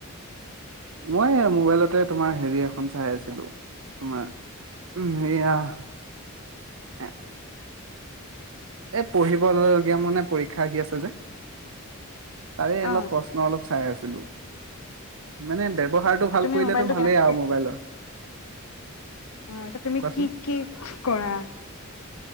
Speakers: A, on the right; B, on the left.
A: মই মোবাইলতে তোমাৰ হেৰি এখন চাই আছিলো তোমাৰ সেয়া এ, পঢ়িবগীয়া মানে পৰীক্ষা আহি আছে যে। তাৰে অলপ
B: অ
A: প্ৰশ্ন অলপ চাই আছে ে দে <unintelligible> ব্যৱহাৰটো ভাল
B: তুমি
A: কৰিলে
B: মোবাইলটো
A: টো ভালেই
B: কেনেকে
A: আৰু মোবাইলৰ
B: অ' ত তুমি
A: কোৱাচোন
B: কি কি কৰা